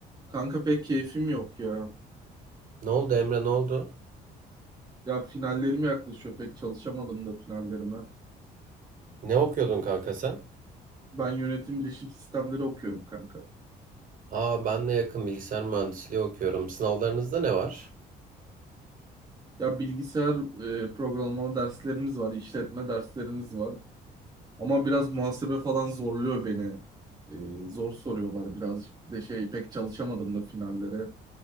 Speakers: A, on the right; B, on the right.
A: Kanka pek keyfim yok ya.
B: Ne oldu Emre ne oldu?
A: Ya finallerim yaklaşıyor. Pek çalışamadım da finallerime.
B: Ne okuyordun kanka sen?
A: Ben yönetim bilişim sistemleri okuyorum kanka.
B: Aa ben de yakın bilgisayar mühendisliği okuyorum. Sınavlarınızda ne var?
A: Ya bilgisayar e, programlama derslerimiz var, işletme derslerimiz var. Ama biraz muhasebe falan zorluyor beni. E, zor soruyorlar birazcık. Bir de şey pek çalışamadım da finallere.